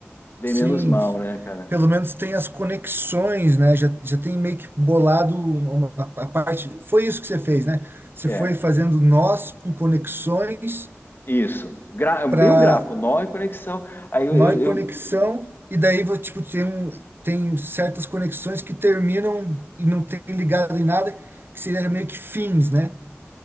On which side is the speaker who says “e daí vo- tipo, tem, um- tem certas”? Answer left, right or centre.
Right